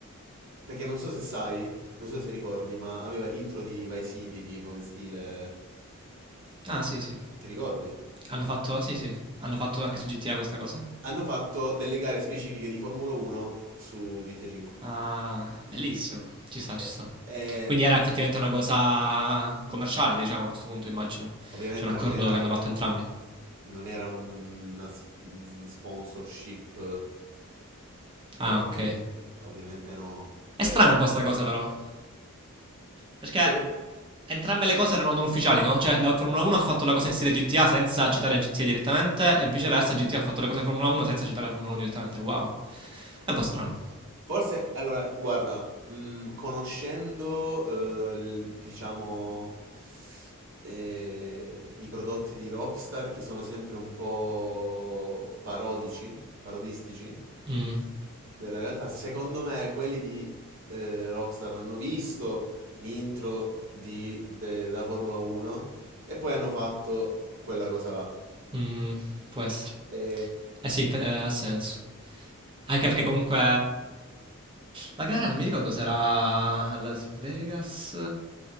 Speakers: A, on the right; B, on the right.
A: Perché non so se sai, non so se ricordi, ma aveva l'intro di Vice City, tipo in stile...
B: Ah, sì, sì.
A: Ti ricordi?
B: Hanno fatto... Sì, sì. Hanno fatto anche su GTA questa cosa?
A: Hanno fatto delle gare specifiche di Formula 1 su GTA 5.
B: Ah, bellissimo. Ci sta,
A: Eh,
B: ci sta.
A: E
B: Quindi era effettivamente una cosa commerciale, diciamo, a questo punto, immagino.
A: ovviamente
B: C'è un accordo
A: non era,
B: che hanno fatto entrambi.
A: non era un- una s- s- sponsorship,
B: Ah,
A: eh,
B: ok.
A: eh, ovviamente no.
B: È
A: Era...
B: strana un po' sta cosa, però. Perché
A: Secondo...
B: entrambe le cose erano non ufficiali, no? Cioè, la Formula 1 ha fatto la cosa in stile GTA senza citare GTA direttamente, e viceversa,
A: eh, sì.
B: GTA ha fatto le cose di Formula 1 senza citare la Formula 1 direttamente. Wow. È un po' strano.
A: Forse, allora, guarda, mm, conoscendo, eh, il- diciamo, eh, i prodotti di Rockstar che sono sempre un po' parodici, parodistici,
B: Mm,
A: della realtà, secondo me quelli di eh, Rockstar hanno visto l'intro di, de- da Formula 1 e poi hanno fatto quella cosa là.
B: mm, può essere.
A: E...
B: Eh sì, inf- eh, ha senso. Anche perché comunque la gara non mi ricordo se era a Las Vegas.